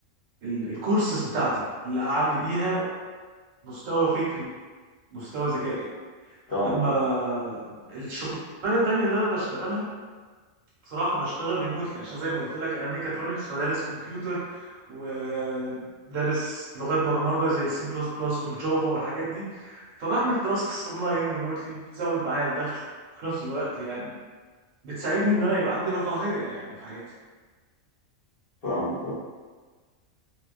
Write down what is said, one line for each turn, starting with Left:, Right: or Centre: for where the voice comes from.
Right: ال الكورسز بتاعتي اللي اعلي بيها مستوى فكري مستوى ذكائي
Left: فاهمك
Right: اما
Left: اه
Right: الشغلانه التانيه اللي انا بشتغلها بصراحه بشتغل ريموتلي عشان زي ما قلت لك انا ميكاترونكس فدارس كمبيوتر ودارس لغات برمجه زي السي بلس بلس والجافا والحاجات دي فبعمل تاسكس اونلاين ريموتلي بتزود معايا الدخل في نفس الوقت يعني بتساعدني ان انا يبقى عندي رفاهيه يعني في حياتي
Left: فاهمك اه